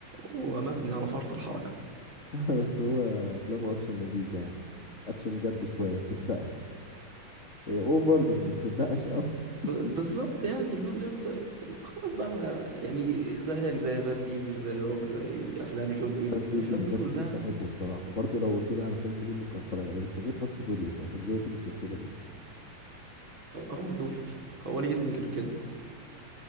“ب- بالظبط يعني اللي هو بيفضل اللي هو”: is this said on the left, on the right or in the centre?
Right